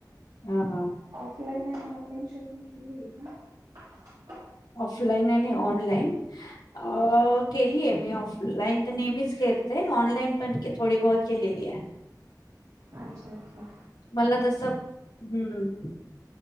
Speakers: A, on the left; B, on the right.
A: हा हा
B: 'ऑफलाईन' ऐवजी 'ऑनलाईन' करा. शॉपिंग केली आहे का
A: ऑफलाईन आणि ऑनलाईन अ केलीय मी ऑफलाईन तर नेहमीच करते ऑनलाईन पण थोडी बहत केलेली आहे
B: अच्छा अच्छा
A: मला तसं हम्म